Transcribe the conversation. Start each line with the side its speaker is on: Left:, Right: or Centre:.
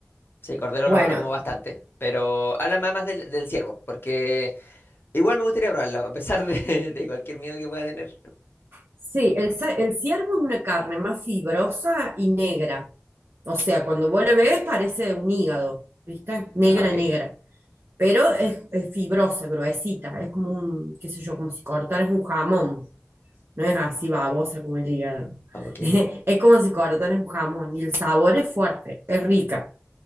Left: sí, cordero
Right: Bueno,
Left: lo, lo como bastante, pero háblame más del, del ciervo, porque... Igual me gustaría probarlo, a pesar de, <laughs> de cualquier miedo que pueda tener.
Right: Sí, el, ce- el ciervo es una carne más fibrosa y negra. O sea, cuando vos le ves parece un hígado, ¿viste? Negra,
Left: Ah, ok,
Right: negra. Pero es, es fibrosa, gruesita. Es como un, qué sé yo, como si cortaras un jamón. No es así babosa como el hígado.
Left: ok.
Right: <laughs> Es como si cortaras un jamón. Y el sabor es fuerte, es rica.